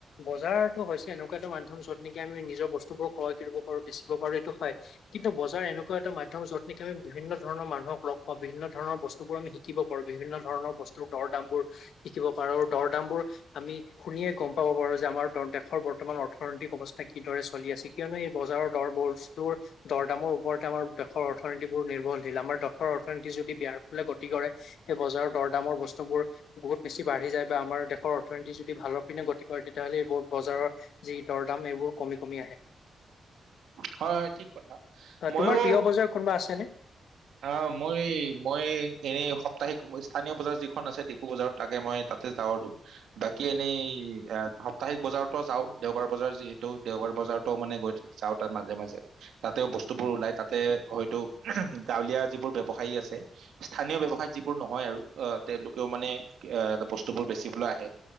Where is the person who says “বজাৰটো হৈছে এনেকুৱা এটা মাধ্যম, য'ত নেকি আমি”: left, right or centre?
Left